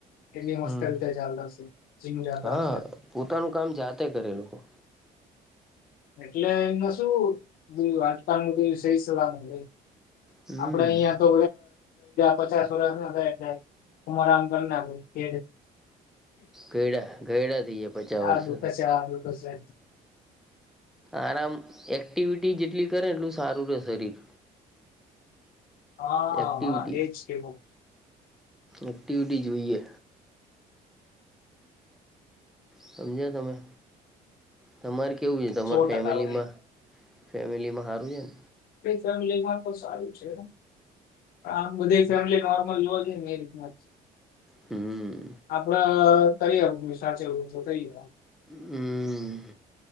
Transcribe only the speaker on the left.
એબી
મસ્ત રીતે ચાલતા હશે જીમ જાતા
હશે
એટલે એમને શું હાટકા નું સહી સલામત હોય
આપડે અહિયાં તો પચાસ વર્ષ ન થાય એટલે હું આરામ કરનાખું કે
આ
દુખે છે આ દુખે છે
હા
હા એજ છે બવ
સો
ટકા હોય
એ ફેમિલીમાં તો સારું છે. આમ બધી ફેમિલી નોર્મલ જોવા જઈએ ને એવી. યાદ છ
આપડ કરિયર <inaudible> સાચે ઊભું થઈએ.